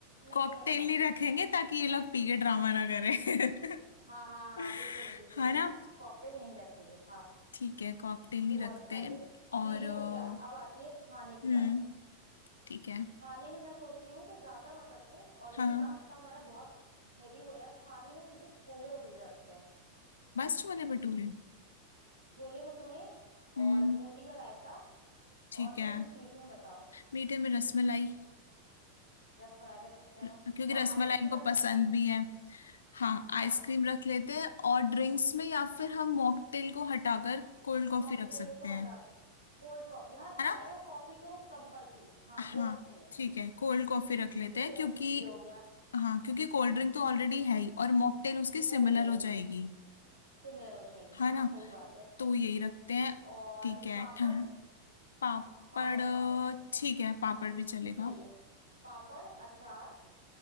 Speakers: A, on the right (about 80°); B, on the left (about 70°).
A: नहीं
B: कॉकटेल
A: नहीं नहीं
B: नहीं रखेंगे ताकि ये लोग पी के ड्रामा ना करें
A: हाँ हाँ हाँ
B: <laughs>
A: बिल्कुल नहीं बिल्कुल
B: है
A: नहीं
B: ना
A: कॉकटेल नहीं रखेंगे हाँ
B: ठीक है कॉकटेल
A: ये
B: नहीं
A: बहुत
B: रखते
A: अच्छा आइडिया
B: और
A: तो ये
B: अ,
A: हो गया अब आती है खाने की
B: हम्म
A: बात
B: ठीक है
A: खाने में मैं सोच रही हूँ कि ज्यादा मत रखो ऑलरेडी
B: हाँ
A: नाश्ता हमारा बहुत हैवी हो रहा है खाने में सीधे छोले भटूरे रखते हैं
B: बस छोले भटूरे
A: छोले भटूरे और
B: हम्म
A: बूंदी का रायता
B: ठीक
A: और
B: है
A: तुम कुछ मीठे में बताओ
B: मीठे में रसमलाई
A: रसमलाई रख सकते हैं
B: क्योंकि
A: और
B: रसमलाई
A: आइसक्रीम
B: इनको
A: रख
B: पसंद
A: लेंगे
B: भी है हाँ
A: हाँ
B: आइसक्रीम रख लेते हैं और ड्रिंक्स में या फिर हम मॉकटेल को हटाकर कोल्ड कॉफी
A: मॉकटेल
B: रख सकते
A: को
B: हैं
A: हटा दो कोल्ड कॉफी हाँ
B: है
A: चाय और कॉफी तो कंपलसरी हाँ
B: हाँ
A: वो रखेंगे
B: ठीक है कोल्ड कॉफी रख लेते
A: ठीक
B: हैं
A: है
B: क्योंकि
A: ये हो गया
B: हाँ क्योंकि कोल्ड ड्रिंक तो ऑलरेडी है ही और मॉकटेल उसकी
A: हो
B: सिमिलर
A: गई
B: हो जाएगी
A: सिमिलर हो जाएगी
B: है
A: हाँ
B: ना
A: सही बात है
B: तो यही रखते हैं
A: और
B: ठीक है
A: पापड़
B: ठंड पापड़
A: पापड़
B: अ,
A: पापड़
B: ठीक है पापड़ भी चलेगा
A: चाहिए पापड़ अचार